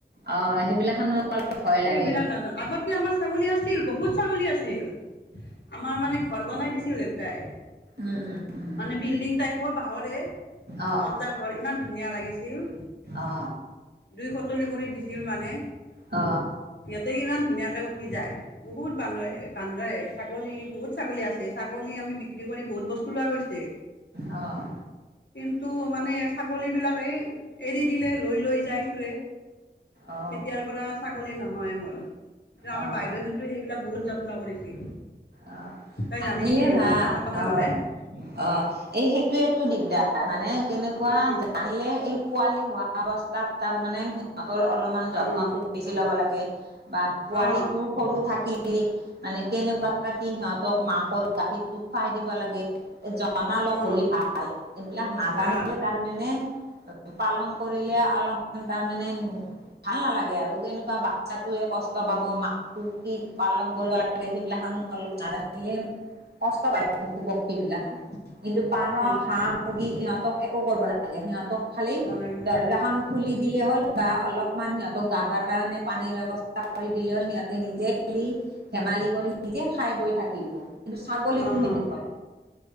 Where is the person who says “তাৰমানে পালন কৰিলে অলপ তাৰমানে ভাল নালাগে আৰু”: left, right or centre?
Right